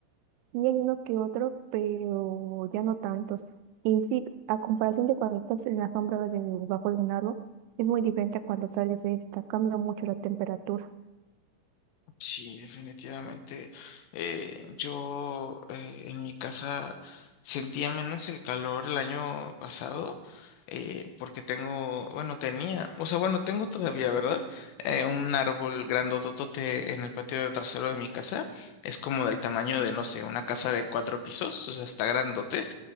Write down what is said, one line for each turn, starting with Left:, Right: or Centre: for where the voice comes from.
Right: Sí, hay uno que otro, pero ya no tantos. Y sí, a comparación de cuando estás en la sombra debajo de un árbol, es muy diferente a cuando sales de esta, cambia mucho la temperatura.
Left: Sí, definitivamente. eh, yo eh, en mi casa sentía menos el calor el año pasado eh, porque tengo, bueno, tenía, o sea, bueno, tengo todavía, ¿verdad? Eh, un árbol grandototote en el patio de trasero de mi casa. Es como del tamaño de, no sé, una casa de cuatro pisos, o sea, está grandote.